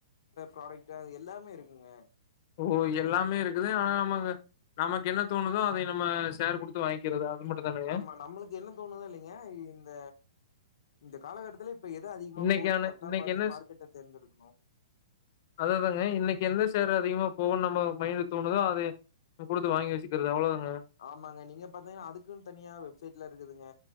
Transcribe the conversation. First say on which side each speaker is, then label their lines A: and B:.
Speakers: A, on the left; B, on the left.
A: இந்த ப்ராடக்டா அது எல்லாமே இருக்குங்க
B: ஓ எல்லாமே இருக்குது ஆனா நமக்கு நமக்கு என்ன தோனுதோ அதை நம்ம ஷேர் குடு வந்து வாங்கிக்கிறது அது மட்டும் தானே
A: ஆமா நம்மளுக்கு என்ன தோணுதோ இல்லைங்க இந்த இந்த காலகட்டத்தில இப்ப எது அதிகமா
B: இன்னைக்கான
A: போகுதோ கரெக்டா
B: இன்னைக்கு
A: பாத்து
B: என்ன
A: மார்க்கெட்ட தேர்ந்தெடுக்கணு
B: அதேதாங்க இன்னைக்கு எந்த சேர் அதிகமா போகும் நம்ம மைண்ட்ல தோணுதோ அது குடுத்து வாங்கி வச்சிக்கிறது அவ்வளோ தாங்க
A: ஆமாங்க நீங்க பாத்தீங்கனா அதுக்குன் தனியா வெப்சைட்லா இருக்குதுங்க